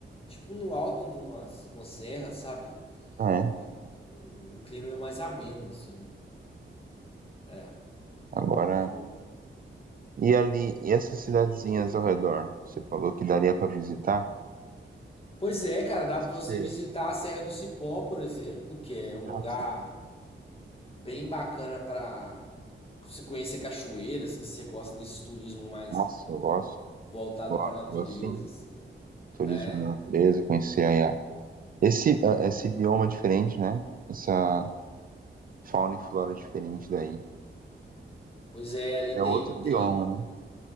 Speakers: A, on the left; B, on the right.
A: Tipo no alto de uma, uma serra, sabe?
B: Ah, é.
A: Então, o clima é mais ameno, assim. É,
B: Agora,
A: um clima mais.
B: e ali, e essas cidadezinhas ao redor? Você falou que daria para visitar?
A: Pois é, cara, dá
B: Você,
A: pra você visitar a Serra do Cipó, por exemplo, que é um
B: nossa,
A: lugar bem bacana pra você conhecer cachoeira, assim, se você gosta desse turismo mais
B: nossa, eu gosto,
A: voltado
B: gosto,
A: pra natureza,
B: gosto sim.
A: assim.
B: turismo
A: É.
B: na natureza, conhecer aí a- esse, a- esse bioma diferente, né? Essa fauna e flora diferente daí.
A: Pois é, ali
B: É
A: tem
B: outro bioma,
A: tem
B: né?